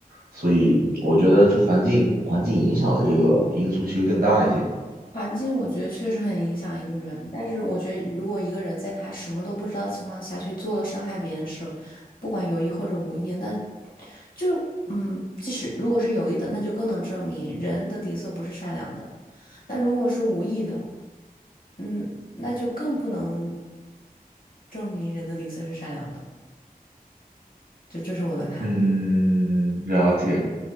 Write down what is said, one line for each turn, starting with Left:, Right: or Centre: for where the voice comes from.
Right: 所以我觉得这环境环境影响的这个因素其实更大一些。
Left: 环境我觉得确实很影响一个人，但是我觉得如果一个人在他什么都不知道的情况下去做了伤害别人的事，不管有意或者无意，那就嗯，即使如果是有意的，那就更能证明人的底色不是善良的；那如果是无意的，嗯，那就更不能证明人的底色是善良的。就这是我的看法。
Right: 嗯，了解。